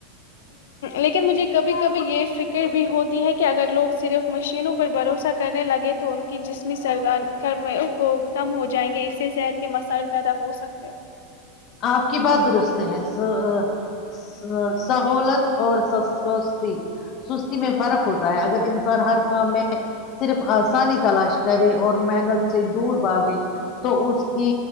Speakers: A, on the left; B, on the left.
A: لیکن مجھے کبھی کبھی یہ فکر بھی ہوتی ہے کہ اگر لوگ صرف مشینوں پر بھروسہ کرنے لگے تو ان کی جسمیرگر کو کم ہو جائیں گے اس سے صحت کے مسائل پیدا ہو سکتے ہیں
B: آپ کی بات درست ایس ا سہولت اور سستی سستی میں فرق ہوتا ہے اگر انسان ہر کام میں صرف آسانی تلاش کریں اور محنت سے دور باگے تو اس کی